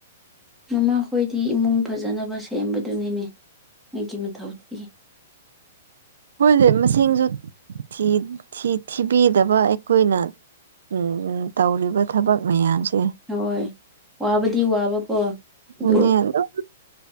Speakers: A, in the centre; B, on the right.
A: ꯃꯃꯥꯈꯣꯏꯗꯤ ꯏꯃꯨꯡ ꯐꯖꯅꯕ ꯁꯦꯝꯕꯗꯨꯅꯤꯅꯦ ꯃꯣꯢꯒꯤ ꯃꯊꯧꯗꯤ
B: ꯃꯣꯏꯖꯦ ꯃꯁꯤꯡꯖꯨ ꯊꯤ ꯊꯤ ꯊꯤꯕꯤꯒꯗꯕ ꯑꯩꯈꯣꯏꯅ <unintelligible> ꯇꯧꯔꯤꯕ ꯊꯕꯛ ꯃꯌꯥꯝꯁꯦ
A: ꯍꯣꯏ ꯋꯥꯕꯗꯤ ꯋꯥꯕꯀꯣ
B: ꯑꯗꯨꯅꯦ
A: ꯑꯗꯨ
B: ꯑꯗꯨꯝ